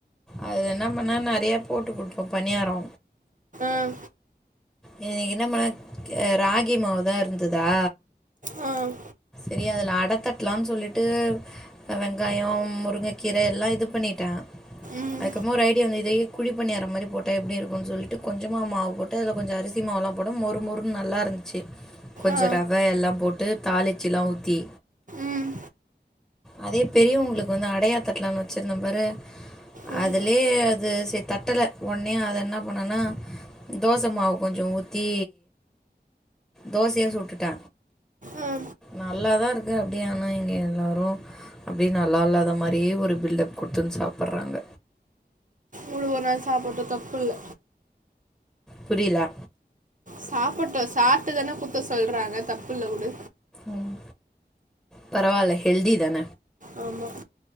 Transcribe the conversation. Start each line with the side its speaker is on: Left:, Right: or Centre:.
Centre: அதுலென்னா பண்ண நறையா போட்டு குடுப்ப பணியாரொ
Right: அ
Centre: இன்னைக் என்ன பண்ண ராகி மாவுதா இருந்துதா
Right: ம்
Centre: செரி அதுல அட தட்லான் சொல்லிட்டு வெங்காய முருங்ககீர எல்லா இது பண்ணிட்ட
Right: ம்
Centre: அதுக்கப்றமா ஒரு ஐடியாந்து இதயே குழி பணியார மாரி போட்ட எப்டி இருக்குன் சொல்ட்டு கொஞ்சமா மாவு போட்டு அதுல கொஞ்ச அரிசி ல்லா போட மொறு மொறுன்னு நல்லாருந்துச்சு கொஞ்ச
Right: ஆ
Centre: ரவ எல்லாம் போட்டு தாளிச் சில்லா ஊத்தி
Right: ம்
Centre: அதே பெரியவுங்களுக்கு வந்து அடையா தட்லான்னு வச்சிருந்த பாரு
Right: ம்,
Centre: அதுலயே அது சேர்‌ தட்டல ஒன்னயே அத என்ன பண்ணேன்னா தோச மாவு கொஞ்ச ஊத்தி தோசையா சுட்டுட்ட
Right: ஆ
Centre: நல்லாதா இருக்கு அப்டியே ஆனா இங்க எல்லாரு அப்டியே நல்லா இல்லாத மாரியே ஒரு பில்டப் குடுத்துன்னு சாப்புறாங்க
Right: உடு ஒரு நாள் சாப்பட்டு தப்பு இல்ல
Centre: புரில
Right: சாப்பட்டு சாப்ட்டுதானே குத்த சொல்றாங்க தப்புல்ல உடு
Centre: ம் பரவால்ல ஹெல்தி தான
Right: ஆமா